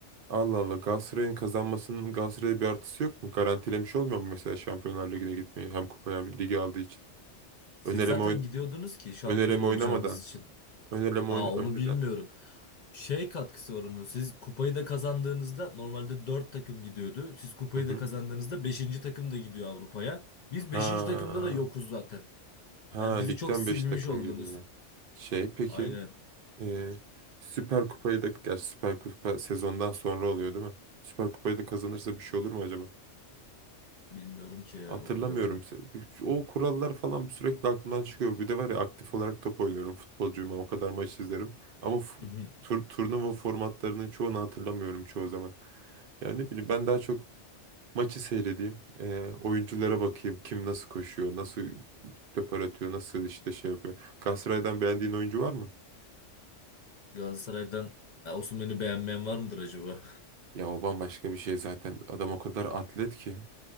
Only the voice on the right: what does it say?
Allah Allah Galatasaray'ın kazanmasının Galatasaray'a bir artısı yok mu? Garantilemiş olmuyor mu mesela Şampiyonlar Ligi'ne gitmeyi hem kupaya hem ligi aldığı için?
Önereme,
oyn
önereme
oynamadan.
Önereme
oyn
önceden.
Hı hı.
Ha,
ha
ligden
5 takım
geliyor. Şey peki
e, Süper Kupayı da gerçi Süper Kupa sezondan sonra oluyor değil mi? Süper Kupayı da kazanırsa bir şey olur mu acaba?
Hatırlamıyorum.
Se- O kurallar falan sürekli aklımdan çıkıyor. Bir de var ya aktif olarak top oynuyorum. Futbolcuyum. ama O kadar maç izlerim. Ama f-
tur turnuva formatlarının çoğunu hatırlamıyorum çoğu zaman. Yani ne bileyim ben daha çok maçı seyredeyim. e, oyunculara bakayım. Kim nasıl koşuyor, nasıl depar atıyor, nasıl işte şey yapıyor. Galatasaray'dan beğendiğin oyuncu var mı?
Ya o bambaşka bir şey zaten. Adam o kadar atlet ki.